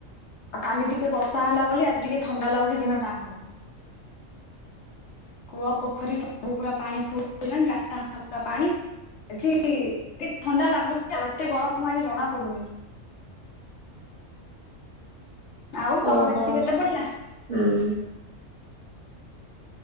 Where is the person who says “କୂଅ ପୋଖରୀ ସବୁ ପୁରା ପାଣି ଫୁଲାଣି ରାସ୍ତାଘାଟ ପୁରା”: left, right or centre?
Left